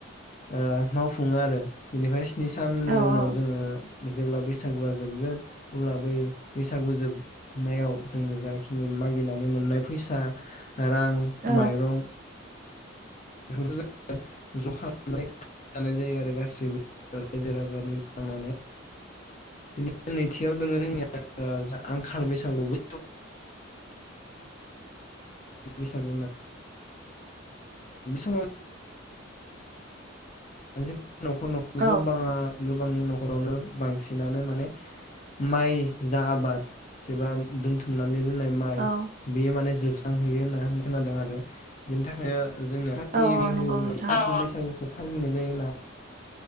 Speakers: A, on the left (about 35°); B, on the right (about 40°).
A: ओ मावफुङो आरो बेनिफ्राय सिनि साननि
B: औ
A: उनाव जोङो। जेब्ला बैसा बैसागुआ जोबगोन अब्ला बै बैसागु जोबनायाव जोङो जाखिनि मागिनानै मोननाय फैसा। रां
B: औ
A: माइरं। बेफोरखौ जों ज खालाम खाना जायो आरो गासैबो रायजो राजा लोगो नांनानै। बिदिनो नैथियाव। दङ जोंनि आंखाल बैसाग <unintelligible> बे समाव जों आव <unintelligible> नखर नखर
B: औ
A: गोबाङा। गोबांनि नखरावनो बांसिनानो माने माइ जा आबाद एबा दोनथुमना नानै दोननाय माइ
B: औ
A: बेयो मान जोब सोबस्रांहैयो होनना खोनादों आरो बिनि थाखाय ओ जोंना काथि
B: औ
A: बिहु
B: नंगौ नोंथां
A: काति बैसागु और औ। खौ फाल ओंनाय जायोना